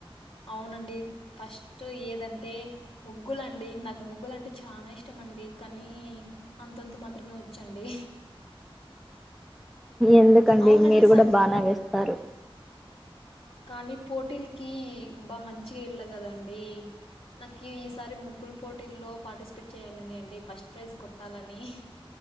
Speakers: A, on the left; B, in the centre.
A: అవునండి ఫస్ట్ ఏదంటే ముగ్గులండి నాకు ముగ్గులు అంటే చాలా ఇష్టమ అండి కానీ అంతంత మాత్రమే వచ్చండి
B: ఎందుకండి
A: అవునండి
B: మీరు కూడా
A: సం
B: బానే వేస్తారు
A: కానీ పోటీలకి బాగా మంచిగా వెళ్ళ కదండి నాకు ఈసారి ముగ్గులు పోటీల్లో పార్టిసిపేట్ చేయ్యాలని అండి ఫస్ట్ ప్రైజ్ కొట్టాలని